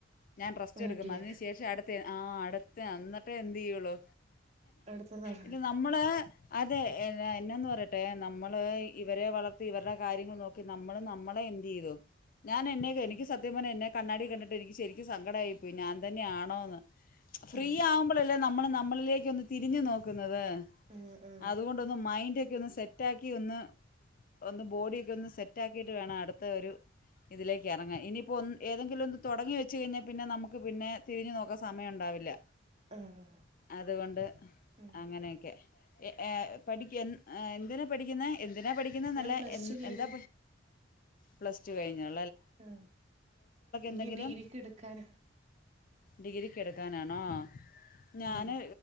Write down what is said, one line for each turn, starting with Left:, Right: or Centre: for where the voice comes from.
Left: ഞാൻ ട്രസ്റ്റ്
Right: വീട്ടില്
Left: എടുക്കും അതിന് ശേഷം അടുത്ത് ആ അടുത്ത് എന്നന്നിട്ടേ എന്ത് ചെയ്യുള്ളു
Right: അടുത്തതാണ്
Left: ഇന്ന നമ്മള് അതെ എന്നന്ന് പറയട്ടെ നമ്മൾ ഇവരെ വളർത്തി ഇവരുടെ കാര്യങ്ങൾ നോക്കി നമ്മൾ നമ്മളെ ആ തി ചെയ്യതെ ഞാൻ എന്നെക്ക് എനിക്ക്
Right: ആ
Left: സത്യം പറഞ എന്നെ കണ്ണാടി കണ്ടിട്ട് എനിക്ക് ശരിക്കും സങ്കടായിപ്പോയി ഞാൻ തന്നെയാണോന്ന് ഫ്രീ
Right: ആ
Left: ആവുമ്പോഴല്ലേ നമ്മൾ നമ്മളിലേക്ക് ഒന്ന് തിരിഞ്ഞു നോക്കുന്നത് അതെ
Right: ആ ആ
Left: അതുകൊണ്ടൊന്ന് മൈൻഡ ഒക്കെ ഒന്ന് സെറ്റയാക്കിയൊന്ന് ഒന്ന് ബോഡിയക്കെ ഒന്ന് സെറ്റ് ആക്കിട്ട് വേണം അടുത്ത ഒരു ഇതിലേക്ക് ഇറങ്ങാൻ ഇനിയിപ്പോൾ ഒ ഏതെങ്കിലും ഒന്ന് തുടങ്ങി വെച്ച് കഴിഞ്ഞാൽ പിന്നെ നമുക്ക് പിന്നെ തിരിഞ്ഞു നോക്കാൻ സമയം ഉണ്ടാവില്ല
Right: ആ
Left: അതുകൊണ്ട്
Right: ഉം
Left: അങ്ങനെയൊക്കെ ഏ പഠിക്ക എന്തിനാ പഠിക്കുന്നത് എന്തിനാ പഠിക്കുന്നത് എന്നല്ല
Right: ഞാൻ പ്ലസ്
Left: എ
Right: ടു കഴിഞ്ഞ്
Left: എന്താ പ്ലസ് ടു കഴിഞ്ഞാണ്
Right: ആ ഇനി
Left: എന്തെങ്കിലും
Right: ഡിഗ്രിക്ക് എടുക്കാന
Left: ഡിഗ്രിക്ക് എടുക്കാനാണോ ഞാന്
Right: ഉം